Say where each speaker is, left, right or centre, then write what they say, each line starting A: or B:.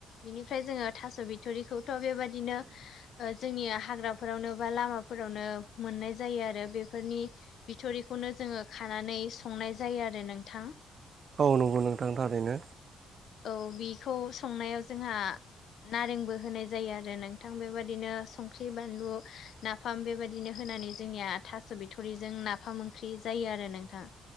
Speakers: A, on the left (about 70°); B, on the right (about 50°).
A: बिनिफ्राय जोङो थास' बिथरिखौथ' बेबाददिनो ओ जोंनिया हाग्राफोरावनो बा लामाफोरावनो मोननाय जायो आरो बेफोरनि बिथ'रिखौनो जोङो खानानै संनाय जायो आरो नोंथां
B: औ नंगौ नोंथांनि थाखायैनो
A: औ बेखौ संनायाव जोंहा नारेंबो होनाय जायो आरो नोंथां बेबायादिनो संख्रि बानलु नाफाम बेबायदिनो होनानै जोंनिया थास' बिथरिजों नाफाम ओंख्रि जायो आरो नोंथां